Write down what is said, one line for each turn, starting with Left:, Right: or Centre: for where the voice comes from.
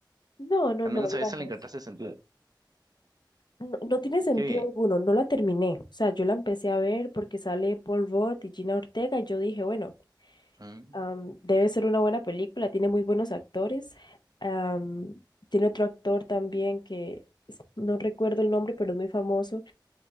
Left: No, no,
Right: Al
Left: no,
Right: menos
Left: digamos.
Right: a esa le encontraste sentido.
Left: No, no tiene sentido
Right: Qué bien.
Left: alguno, no la terminé. O sea, yo la empecé a ver porque sale Paul Rudd y Gina Ortega y yo dije, bueno,
Right: Ah.
Left: Am, debe ser una buena película, tiene muy buenos actores. Am, tiene otro actor también que es- no recuerdo el nombre, pero es muy famoso.